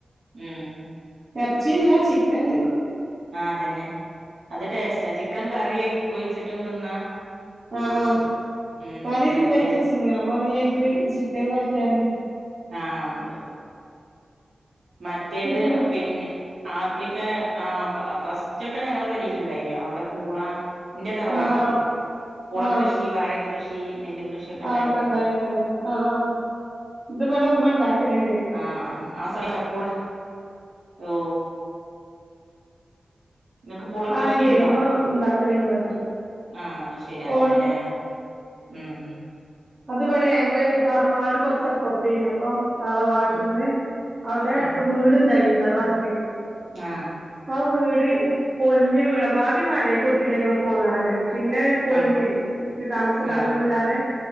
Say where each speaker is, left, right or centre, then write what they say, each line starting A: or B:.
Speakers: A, on the right; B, on the right.
A: ഉം.
B: എർച്ചില്ല ചിക്കൻ ഇണ്ട്.
A: ആ തന്നെ അത് ടെസ്റ്റാ. ചിക്കൻ കറി ഒഴിച്ചിട്ടും തിന്നാ
B: ആ ആ
A: ഉം
B: കറി
A: മറ്റേ
B: വെച്ചച്ചിണ്. അപ്പൊ ഞ്ഞി അയിക്ക് ചിക്കൻ ഇതാക്കിയാൽ
A: ആ അത്. മറ്റേത്
B: ചിക്കൻ
A: അ പിന്നെ ആദ്യംഒക്കെ ആ ഫസ്റ്റ് ഒക്കെ ഞങ്ങളെ പെരിൽ ഇണ്ടായിനി അവിടെ പൂള ഇന്റെ തറവാട്ടിൽ
B: ആഹ് ആഹ്
A: പുളക്കൃഷി,
B: ആഹ്
A: വാഴക്കൃഷി നെല്ലും കൃഷിയൊക്കെ ഉണ്ടായിന്നോ
B: ആഹ് ഒക്കെ ഉണ്ടയിലെ. അ ആ ഇത്വ്ടെ ഉമ്മ ഇണ്ടാക്കല്.
A: ആ ഹ് സമയപ്പോൾ ഓ ഇങ്ങക്ക് പൂള
B: ആ
A: കൃഷിണ്ടോ
B: ഇണ്ട് ഇമ്മ ഉണ്ടാക്കലുണ്ട് ഇവിടെ
A: ആഹ് അ ശരി
B: ഓ
A: അങ്ങനെല്ലേ ഉം.
B: അതുവിടേ ഞങ്ങൾ തറുവാട് കൊറച്ചപ്പുറത്തെയെന്നി അപ്പം. തറവാട്ട്ന്ന്
A: ഉം
B: അവടെ
A: ആഹ്
B: വീടുണ്ടായിനി തറവാട്ടിൽ
A: <unintelligible>
B: ആ വീട് പൊൾഞ്ഞ് വീണപ്പോ. ആദ്യം വാടകാക്ക് കൊടുത്തിന് ഞങ്ങൾ പോന്നാരെ പിന്നെ പൊൾഞ്ഞ്.
A: ആഹ്
B: <unintelligible> താമസക്കാരൊന്നു
A: ആഹ്
B: ഇല്ലാതെ